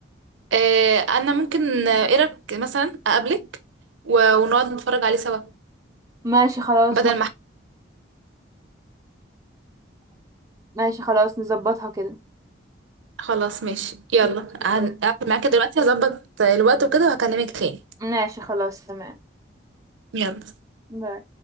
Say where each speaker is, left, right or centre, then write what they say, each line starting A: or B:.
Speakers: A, on the right; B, on the right.
A: آه، انا ممكن آه، ايه رايك مثلا اقابلك و- ونقعد نتفرج عليه سوا
B: ماشي خلاص
A: بدل ما إحنا-
B: ماشي خلاص نظبطها كده
A: خلاص ماشي يلا
B: ماشي
A: هن-
B: باي.
A: هقفل معاك دلوقتي هظبط الوقت وكده وهكلمك تاني
B: ماشي خلاص تمام
A: يلا
B: باي.